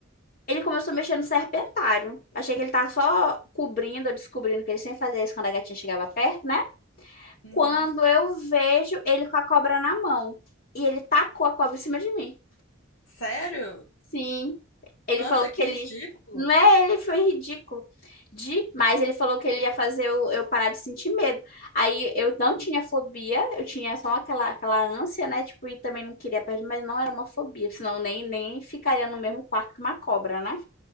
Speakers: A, on the left; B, on the left.
A: Ele começou a mexer no serpentário. Achei que ele tava só cobrindo, ou descobrindo que ele sempre fazia isso quando a gatinha chegava perto, né?
B: Uhum.
A: Quando eu vejo ele com a cobra na mão. E ele tacou a cobra em cima de mim.
B: Sério?
A: Sim. Ele
B: Nossa,
A: falou
B: que
A: que ele.
B: ridículo.
A: Não é ele, foi ridículo. Demais. Ele falou que ele ia fazer eu, eu parar de sentir medo. Aí eu não tinha fobia, eu tinha só aquela, aquela ânsia, né? Tipo, e também não queria perder, mas não era uma fobia. Senão nem, nem ficaria no mesmo quarto que uma cobra, né?